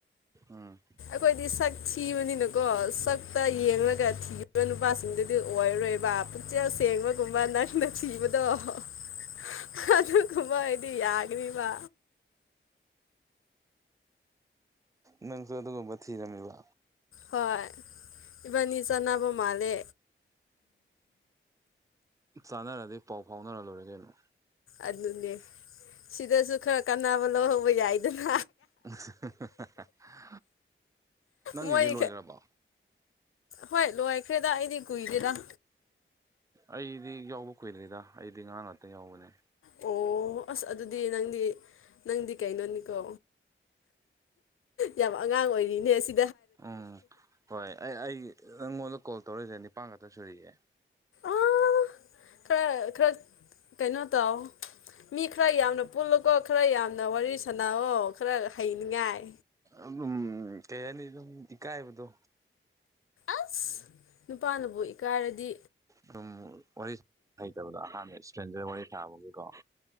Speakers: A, on the right; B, on the left.
A: ꯎꯝ
B: ꯑꯩꯈꯣꯏꯗꯤ ꯁꯛ ꯊꯤꯕꯅꯤꯅꯀꯣ ꯁꯛꯇ ꯌꯦꯡꯂꯒ ꯊꯤꯕ ꯅꯨꯄꯥꯁꯤꯡꯗꯨꯗꯤ ꯑꯣꯏꯔꯔꯣꯏꯕ ꯄꯨꯛꯆꯦꯜ ꯁꯦꯡꯕꯒꯨꯝꯕ ꯅꯪꯅ ꯊꯤꯕꯗꯣ ꯑꯗꯨ ꯑꯗꯨ ꯒꯨꯝꯕ ꯑꯣꯏꯗꯤ ꯌꯥꯒꯅꯤꯕ
A: ꯅꯪꯁꯨ ꯑꯗꯨꯒꯨꯝꯕ ꯊꯤꯔꯝꯃꯤꯕ
B: ꯍꯣꯏ ꯏꯕꯥꯅꯤ ꯆꯅꯥꯕ ꯃꯥꯂꯦ
A: ꯆꯥꯅꯔꯗꯤ ꯄꯥꯎ ꯐꯥꯎꯅꯔ ꯂꯣꯏꯔꯦ ꯀꯩꯅꯣ
B: ꯑꯗꯨꯅꯦ ꯁꯤꯗꯁꯨ ꯈꯔ ꯀꯥꯟꯅꯕ ꯂꯧꯍꯧꯕ ꯌꯥꯏꯗꯅ
A: <unintelligible> ꯅꯪꯒꯤꯗꯤ
B: ꯃꯣꯏ
A: ꯂꯣꯏꯈ꯭ꯔꯕꯣ
B: ꯍꯣꯏ ꯂꯣꯏꯈ꯭ꯔꯦꯗ ꯑꯩꯗꯤ ꯀꯨꯏꯗꯦꯗ
A: ꯑꯩꯗꯤ ꯌꯥꯎꯕ ꯀꯨꯏꯗ꯭ꯔꯤꯗ ꯑꯩꯗꯤ ꯉꯔꯥꯡ ꯉꯥꯛꯇ ꯌꯥꯎꯕꯅꯦ
B: ꯑꯣ ꯑꯁ ꯑꯗꯨꯗꯤ ꯅꯪꯗꯤ ꯅꯪꯗꯤ ꯀꯩꯅꯣꯅꯤꯀꯣ ꯌꯥꯝ ꯑꯉꯥꯡ ꯑꯣꯏꯔꯤꯅꯦ ꯁꯤ
A: ꯎꯝ ꯍꯣꯏ ꯑꯩ ꯑꯩ ꯅꯪꯉꯣꯟꯗ ꯀꯣꯜ ꯇꯧꯔꯛꯏꯁꯦ ꯅꯤꯄꯥꯟ ꯈꯛꯇ ꯁꯨꯔꯤꯑꯦ
B: ꯑꯥ ꯈꯔ ꯈꯔ ꯀꯩꯅꯣ ꯇꯧ ꯃꯤ ꯈꯔ ꯌꯥꯝꯅ ꯄꯨꯜꯂꯨꯀꯣ ꯈꯔ ꯌꯥꯝꯅ ꯋꯥꯔꯤ ꯁꯥꯟꯅꯑꯣ ꯈꯔ ꯍꯩꯅꯤꯡꯉꯥꯏ
A: ꯑꯗꯨꯝ ꯀꯩ ꯍꯥꯏꯅꯤ ꯑꯗꯨꯝ ꯏꯀꯥꯏꯕꯗꯣ
B: ꯑꯁ ꯅꯨꯄꯥꯅꯕꯨ ꯏꯀꯥꯏꯔꯗꯤ
A: ꯑꯗꯨꯝ ꯋꯥꯔꯤ ꯍꯩꯇꯕꯗꯣ ꯑꯍꯥꯟꯕ ꯏꯁꯇ꯭ꯔꯦꯟꯖꯔ ꯋꯥꯔꯤ ꯁꯥꯥꯕꯒꯤꯀꯣ